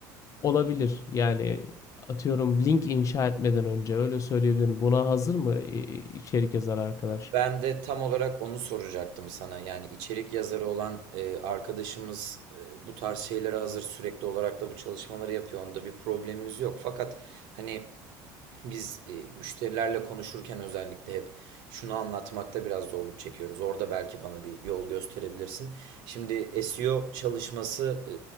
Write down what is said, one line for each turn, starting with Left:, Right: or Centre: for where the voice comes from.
Left: olabilir. Yani atıyorum link inşa etmeden önce öyle söyleyebilirim. Buna hazır mı e, içerik yazarı arkadaş?
Right: Ben de tam olarak onu soracaktım sana. Yani içerik yazarı olan e, arkadaşımız e, bu tarz şeylere hazır sürekli olarak da bu çalışmaları yapıyor. Onda bir problemimiz yok. Fakat hani biz e, müşterilerle konuşurken özellikle hep şunu anlatmakta biraz zorluk çekiyoruz. Orada belki bana bir yol gösterebilirsin. Şimdi SEO çalışması e,